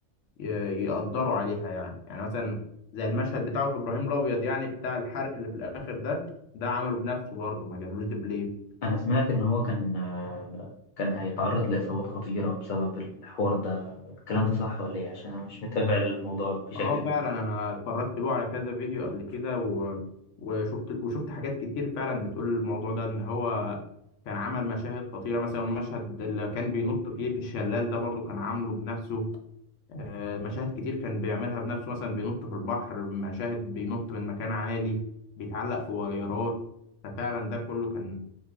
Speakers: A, on the left; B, on the left.
A: ي... يقدره عليها يعني يعني مثلا زي المشهد بتاعه في ابراهيم الابيض يعني بتاع الحرق اللي في الاخر ده ده عمله بنفسه برضو ما جابلوش دبلير
B: انا سمعت ان هو كان آه كان هيتعرض لاصابات خطيره بسبب الحوار ده الكلام ده صح ولا ايه عشان انا مش متابع الموضوع بشكل
A: اه
B: كبير
A: فعلا انا اتفرجت له على كذا فيديو قبل كده و... وشفت وشفت حاجات كتير فعلا بتقول الموضوع ده ان هو كان عمل مشاهد خطيره مثلا المشهد اللي كان بينط فيه في الشلال ده برضو كان عامله بنفسه آه، مشاهد كتير كان بيعملها بنفسه مثلا بينط في البحر مشاهد بينط من مكان عالي بيتعلق في ويارات ففعلا ده كله كان